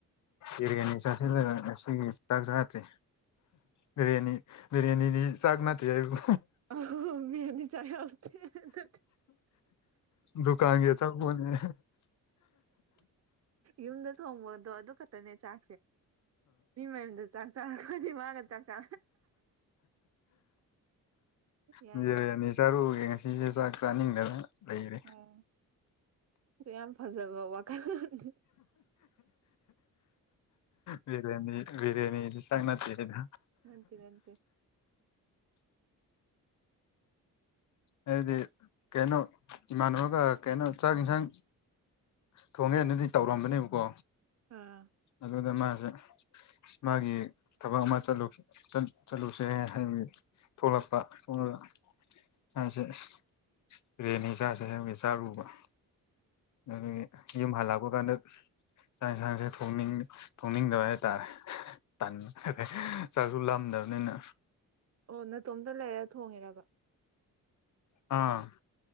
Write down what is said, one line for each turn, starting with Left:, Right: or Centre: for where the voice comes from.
Left: ꯕꯔꯤꯌꯥꯅꯤ ꯆꯁꯤꯂꯨꯗ ꯉꯁꯤꯒꯤ ꯆꯥꯛ ꯆꯗ꯭ꯔꯤ ꯕꯤꯔꯌꯥꯅꯤ ꯕꯤꯔꯌꯥꯅꯤꯗꯤ ꯆꯥꯛ ꯅꯥꯇꯦ ꯍꯥꯏꯕ
Right: ꯑꯣ ꯕꯔꯤꯌꯥꯅꯤ ꯆꯥꯛ ꯌꯥꯎꯇꯦ ꯅꯠꯇꯦ
Left: ꯗꯨꯀꯥꯟꯒꯤ ꯑꯆꯥꯄꯣꯠꯅꯤ
Right: ꯌꯨꯝꯗ ꯊꯣꯡꯕꯗꯣ ꯑꯗꯨ ꯈꯛꯇꯅꯦ ꯆꯥꯛꯁꯦ ꯃꯤ ꯃꯌꯨꯝꯗ ꯆꯥꯛ ꯆꯥꯔꯛꯄꯗꯤ ꯃꯥꯒ ꯆꯥꯛ ꯆꯥ ꯌꯥꯏ
Left: ꯕꯤꯔꯤꯌꯥꯅꯤ
Right: ꯌꯥꯏ
Left: ꯆꯔꯨꯕꯒꯤ ꯉꯁꯤ ꯑꯩꯖꯨ ꯆꯥꯛ ꯆꯥꯅꯤꯡꯗꯅ ꯂꯩꯔꯦ
Right: ꯎꯝ ꯑꯗꯨ ꯌꯥꯝ ꯐꯖꯕꯥ ꯋꯥꯈꯜꯂꯣꯟꯅꯤ
Left: ꯕꯔꯌꯥꯅꯤ ꯕꯤꯔꯌꯥꯅꯤꯗꯤ ꯆꯥꯛ ꯅꯠꯇ‌ꯦ ꯀꯩꯅꯣ
Right: ꯅꯟꯇꯦ ꯅꯟꯇꯦ
Left: ꯍꯥꯏꯗꯤ ꯀꯩꯅꯣ ꯏꯃꯥꯟꯅꯕꯒ ꯀꯩꯅꯣ ꯆꯥꯛ ꯌꯦꯟꯁꯥꯡ ꯊꯣꯡꯉꯦꯅꯗꯤ ꯇꯧꯔꯝꯕꯅꯦꯕꯀꯣ
Right: ꯑꯥ
Left: ꯑꯗꯨꯗ ꯃꯥꯖꯦ ꯃꯥꯒꯤ ꯊꯕꯛ ꯑꯃ ꯆꯠꯂꯨ ꯆꯠ ꯆꯠꯂꯨꯁꯦ ꯍꯥꯏꯕꯩ ꯊꯣꯛꯂꯛꯄ <unintelligible> ꯆꯥꯔꯨꯕ ꯑꯗꯒꯤ ꯌꯨꯝ ꯍꯜꯂꯛꯄ ꯀꯥꯟꯗ ꯆꯥꯛ ꯑꯦꯟꯁꯥꯡꯁꯦ ꯊꯣꯡꯅꯤꯡ ꯊꯣꯡꯅꯤꯡꯗꯕ ꯍꯥꯏꯇꯥꯔꯦ ꯇꯟ ꯆꯥꯛꯁꯨ ꯂꯝꯗꯕꯅꯤꯅ
Right: ꯑꯣ ꯅꯇꯣꯝꯇ ꯂꯩꯔ ꯊꯣꯡꯉꯤꯔꯕ
Left: ꯑꯥ